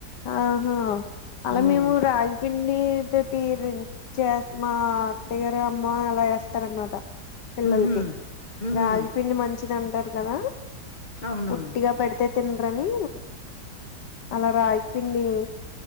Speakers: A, on the left; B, on the left.
A: ఆహా అలా
B: ఉమ్.
A: మేము రాగిపిండితోటి రీ చేస్ మా అత్తగారు అమ్మ అలా చేస్తార అనమాట పిల్లలకి
B: ఉహు. ఉహు.
A: రాగి పిండి మంచిది అంటారు కదా
B: అవునవును
A: ఉట్టిగా పెడితే తిన్రని అలా రాగి పిండి